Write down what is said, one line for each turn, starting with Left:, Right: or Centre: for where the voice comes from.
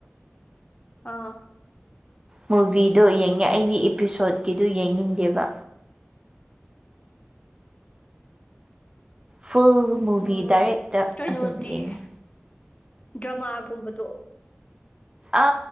Left: ꯑ
Right: ꯃꯨꯚꯤꯗꯣ ꯌꯦꯡꯉꯦ ꯑꯩꯒꯤ ꯏꯄꯤꯁꯣꯠꯀꯤꯗꯨ ꯌꯦꯡꯅꯤꯡꯗꯦꯕ ꯐꯨꯜ ꯃꯨꯚꯤ
Left: ꯎꯝ
Right: ꯗꯥꯏꯔꯦꯛꯇ
Left: ꯀꯩꯅꯣꯗꯤ
Right: ꯑꯗꯨꯝ ꯌꯦꯡꯉꯤ
Left: ꯗ꯭ꯔꯃꯥꯒꯨꯝꯕꯗꯣ
Right: ꯑ